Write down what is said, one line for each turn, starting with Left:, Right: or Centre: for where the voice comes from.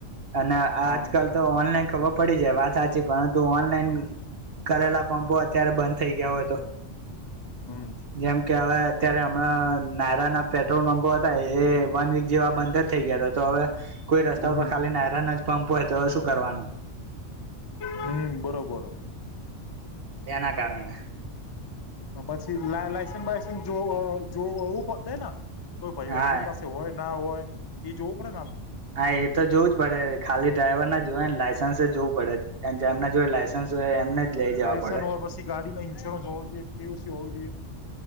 Right: અને
Left: હા
Right: આજકાલ તો ઓનલાઈન ખબર પડી જાય વાત સાચી પરંતુ ઓનલાઈન કરેલા પંપો અત્યારે બંધ થઈ ગયા હોય તો
Left: હમ
Right: જેમ કે હવે ત્યારે હમણાં નાયરા ના પેટ્રોલ પં્પો હતા એ વન વીક જેવા બંધ જ થઈ ગયા હતા તો હવે કોઈ રસ્તા
Left: હમ
Right: ઉપર ખાલી નાયરાન જ પં્પ હોય તો શું કરવાનું
Left: હમ બરોબર
Right: એના કારંગ
Left: પછી લાયસસ બાાયસન્ જો જો હોવું પડે કોઈ ભાઈ
Right: હા
Left: પાસે હોય ના હોય એ જોવું પડે ને આપડે
Right: હા એ તો જોવું જ પડે ખાલી ડ્રાઈવર ના જોય ને લાયસન્સ જ જોવું પડેમના જો લાયસન્સ હોય એમને જ લઈ જવા
Left: લાયસન્સ
Right: પડે
Left: હોવા પછી ગાડી ન ન્સ્યોરન્સ હોવ જો એક થયું છે જોઈ